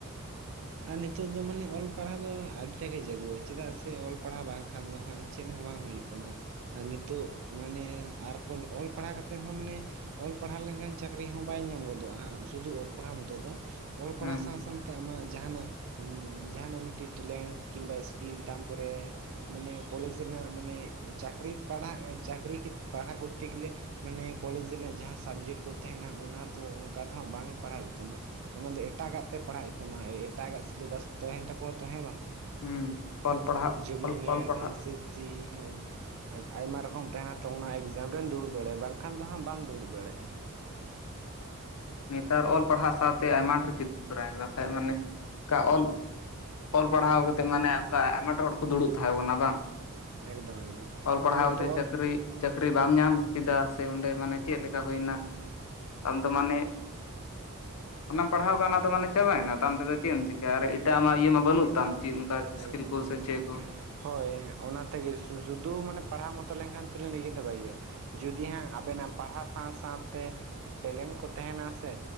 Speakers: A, on the right; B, on the left.
A: ᱟᱨ ᱱᱤᱛᱚᱜ ᱫᱚ ᱢᱟᱱᱮ ᱚᱞ ᱯᱟᱲᱦᱟᱜ ᱫᱚ ᱟᱹᱰᱤᱴᱟ ᱜᱮ ᱡᱟᱹᱨᱩᱲᱟ ᱪᱮᱫᱟᱜ ᱥᱮ ᱚᱞ ᱯᱟᱲᱦᱟᱜ ᱵᱟᱝᱠᱷᱟᱱ ᱫᱚ ᱦᱟᱸᱜ ᱪᱮᱫ ᱦᱚᱸ ᱵᱟᱝ ᱦᱩᱭᱩᱜ ᱠᱟᱱᱟ ᱟᱨ ᱱᱤᱛᱚᱜ ᱢᱟᱱᱮ ᱟᱨᱠᱚ ᱚᱞ ᱯᱟᱲᱦᱟᱣ ᱠᱟᱛᱮᱫ ᱨᱮᱦᱚᱸ ᱢᱟᱱᱮ ᱚᱞ ᱯᱟᱲᱦᱟᱣ ᱞᱮᱱᱠᱷᱟᱱ ᱪᱟᱹᱠᱨᱤ ᱦᱚᱸ ᱵᱟᱭ ᱧᱟᱢ ᱜᱚᱫᱚᱜᱼᱟ ᱦᱟᱸᱜ ᱥᱩᱫᱩ ᱚᱞ ᱯᱟᱲᱦᱟᱣ ᱢᱚᱛᱳ ᱫᱚ ᱚᱞ ᱯᱟᱲᱦᱟ
B: ᱦᱩᱸ
A: ᱥᱟᱝ ᱥᱟᱝ ᱛᱮ ᱟᱢᱟᱜ ᱡᱟᱦᱟᱱᱟᱜ ᱡᱟᱦᱟᱱᱟᱜ ᱢᱤᱫᱴᱤᱡ ᱴᱮᱞᱮᱱᱴ ᱠᱤᱢᱵᱟ ᱥᱠᱤᱞ ᱛᱟᱢᱯᱚᱨᱮ ᱢᱟᱱᱮ ᱠᱚᱞᱮᱡᱽ ᱥᱮᱱᱟᱜ ᱢᱟᱱᱮ ᱪᱟᱹᱠᱨᱤ ᱯᱟᱲᱦᱟᱜ ᱪᱟᱹᱠᱨᱤ ᱯᱟᱲᱦᱟᱜ ᱠᱚᱨ ᱛᱮ ᱜᱮ ᱞᱮ ᱢᱟᱱᱮ ᱠᱚᱞᱮᱡᱽ ᱨᱮᱱᱟᱜ ᱡᱟᱦᱟᱸ ᱥᱟᱵᱡᱮᱴ ᱠᱚ ᱛᱟᱦᱮᱱᱟ ᱚᱱᱟ ᱫᱚ ᱚᱝᱠᱟ ᱫᱚ ᱦᱟᱸᱜ ᱵᱟᱝ ᱯᱟᱲᱦᱟᱜ ᱦᱩᱭᱩᱜ ᱛᱟᱢᱟ ᱚᱱᱟ ᱫᱚ ᱮᱴᱟᱜ ᱜᱟᱜ ᱛᱮ ᱯᱟᱲᱦᱟᱜ ᱦᱩᱭᱩᱜ ᱛᱟᱢᱟ ᱮᱴᱟᱜ ᱜᱟᱜ ᱥᱤᱞᱮᱵᱟᱥ ᱛᱟᱦᱮᱱ ᱛᱟᱠᱚᱣᱟ ᱛᱚ ᱦᱮᱸ ᱵᱟᱝ
B: ᱦᱩᱸ ᱚᱞ ᱯᱟᱲᱦᱟᱜ
A: ᱡᱮᱢᱚᱱ ᱱᱮᱴ
B: ᱚᱞ ᱯᱟᱲᱦᱟᱜ
A: <unintelligible> ᱟᱭᱢᱟ ᱨᱚᱠᱚᱢ ᱛᱟᱦᱮᱱᱟ ᱛᱚ ᱚᱱᱟ ᱮᱠᱡᱟᱢ ᱨᱮᱢ ᱫᱩᱲᱩᱵ ᱫᱟᱲᱮᱭᱟᱜᱼᱟ ᱵᱟᱝᱠᱷᱟᱱ ᱫᱚ ᱦᱟᱸᱜ ᱵᱟᱢ ᱫᱩᱲᱩᱵ ᱫᱟᱲᱮᱭᱟᱜᱼᱟ
B: ᱱᱮᱛᱟᱨ ᱚᱞ ᱯᱟᱲᱦᱟᱜ ᱥᱟᱶ ᱛᱮ ᱟᱭᱢᱟ ᱪᱮᱫ ᱛᱚᱨᱟᱭ ᱢᱮ ᱵᱟᱠᱷᱟᱡ ᱢᱟᱱᱮ ᱚᱱᱠᱟ ᱚᱞ ᱚᱞ ᱯᱟᱲᱦᱟᱣ ᱠᱟᱛᱮᱜ ᱢᱟᱱᱮ ᱚᱱᱠᱟ ᱟᱭᱢᱟ ᱰᱷᱮᱨ ᱦᱚᱲ ᱠᱚ ᱫᱩᱲᱩᱵ ᱛᱟᱦᱮᱸ ᱠᱟᱱᱟ ᱵᱟᱝ
A: ᱮᱠᱫᱚᱢ ᱮᱠᱫᱚᱢ
B: ᱚᱞ ᱯᱟᱲᱦᱟᱣ
A: ᱟᱨ ᱱᱤᱛᱚᱜ
B: ᱠᱟᱛᱮ
A: ᱚᱞ
B: ᱪᱟᱹᱠᱨᱤ ᱪᱟᱹᱠᱨᱤ ᱵᱟᱢ ᱧᱟᱢ ᱠᱮᱫᱟ ᱥᱮ ᱚᱸᱰᱮ ᱢᱟᱱᱮ ᱪᱮᱫ ᱞᱮᱠᱟ ᱦᱩᱭ ᱱᱟ, ᱟᱢ ᱫᱚ ᱢᱟᱱᱮ ᱚᱱᱟᱢ ᱯᱟᱲᱦᱟᱣ ᱚᱱᱟ ᱫᱚ ᱢᱟᱱᱮ ᱪᱟᱵᱟᱭ ᱮᱱᱟ ᱛᱟᱢ ᱛᱚᱵᱮ ᱪᱮᱫ ᱮᱢ ᱪᱤᱠᱟᱹᱭᱟ ᱟᱨ ᱮᱴᱟᱜ ᱟᱜᱢᱟ ᱤᱭᱟᱹ ᱢᱟ ᱵᱟᱹᱱᱩᱜ ᱛᱟᱢ ᱪᱤᱫ ᱚᱱᱠᱟ ᱤᱥᱠᱤᱞ
A: ᱮᱠᱫᱚᱢ
B: ᱠᱚ
A: ᱮᱠᱫᱚᱢ
B: ᱥᱮ ᱪᱮᱫ ᱠᱚ
A: ᱦᱳᱭ ᱚᱱᱟ ᱛᱮᱜᱮ ᱥᱩ ᱥᱩᱫᱷᱩ ᱢᱟᱱᱮ ᱯᱟᱲᱦᱟᱣ ᱢᱚᱛᱚ ᱞᱮᱱᱠᱷᱟᱱ <unintelligible> ᱵᱟᱭ ᱦᱩᱭᱩᱜᱼᱟ ᱡᱩᱫᱤ ᱦᱟᱸᱜ ᱟᱵᱮᱱᱟᱜ ᱯᱟᱲᱦᱟᱣ ᱥᱟᱶ ᱥᱟᱶ ᱛᱮ ᱴᱮᱞᱮᱱᱴ ᱠᱚ ᱛᱟᱦᱮᱱᱟ ᱥᱮ